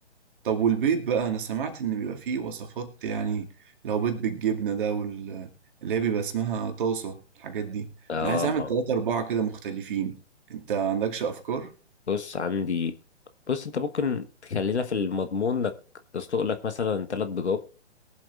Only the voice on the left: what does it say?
اه
بص عندي بص انت ممكن تخلينا في المضمون انك تسلق لك مثلا ثلاث بيضات